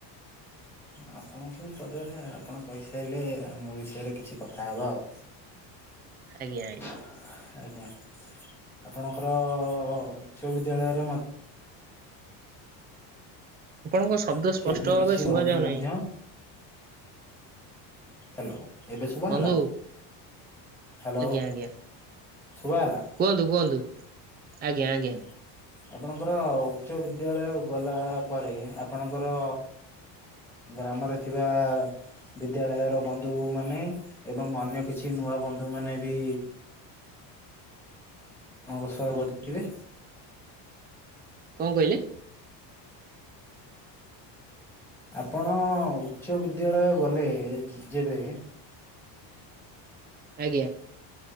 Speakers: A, in the centre; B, on the right.
A: ହଁ ଆପଣଙ୍କୁ ପଚାର <unintelligible> ଆପଣ କହିସାଇଲେ ମୋ ବିଷୟରେ କିଛି କଥା ହବା ଆଉ।
B: ଆଜ୍ଞା, ଆଜ୍ଞା।
A: ଆଜ୍ଞା, ଆପଣଙ୍କର ଉଚ୍ଚ ବିଦ୍ୟାଳୟରେ ମ
B: ଆପଣଙ୍କ ଶବ୍ଦ
A: ମଧ୍ୟ
B: ସ୍ପଷ୍ଟ ଭାବରେ
A: କିଛି
B: ଶୁଭା
A: ବନ୍ଧୁ
B: ଯାଉ
A: ମଧ୍ୟ
B: ନାହିଁ।
A: ହ୍ୟାଲୋ ଏବେ ଶୁଭା
B: ବନ୍ଧୁ
A: ଗଲା? ହାଲୋ
B: ଆଜ୍ଞା ଆଜ୍ଞା
A: ଶୁଭା ଗଲା।
B: କୁହନ୍ତୁ କୁହନ୍ତୁ। ଆଜ୍ଞା ଆଜ୍ଞା
A: ହୁଁ ଆପଣଙ୍କର ଉଚ୍ଚ ବିଦ୍ୟାଳୟ ଗଲା ପରେ ଆପଣଙ୍କର ଗ୍ରାମରେ ଥିବା ବିଦ୍ୟାଳୟର ବନ୍ଧୁ ମାନେ ଏବଂ ଅନ୍ୟ କିଛି ନୂଆ ବନ୍ଧୁ ମାନେ ବି ମୋ ବିଷୟ ପଚାରିବେ?
B: କଁ କଇଲେ?
A: ଆପଣ ଉଚ୍ଚ ବିଦ୍ୟାଳୟ ଗଲେ ଯେବେ
B: ଆଜ୍ଞା।